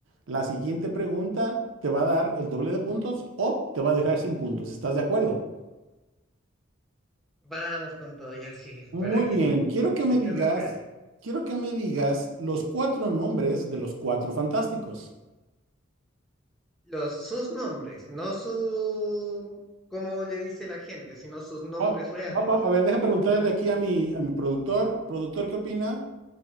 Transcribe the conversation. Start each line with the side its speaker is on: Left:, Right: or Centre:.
Right: La siguiente pregunta te va a dar el doble de puntos o te va a dejar sin puntos. ¿Estás de acuerdo?
Centre: vamos con todo, ya sí,
Right: Muy
Centre: ¿para qué?
Right: bien, quiero que me
Centre: Hay
Right: digas,
Centre: que arriesgar.
Right: quiero que me digas los cuatro nombres de los cuatro fantásticos.
Centre: Los, sus nombres, no su, como le dice la gente, sino sus nombres
Right: Oh,
Centre: reales.
Right: va- va- a ver, deja preguntarle aquí a mi, a mi productor. Productor, ¿qué opina?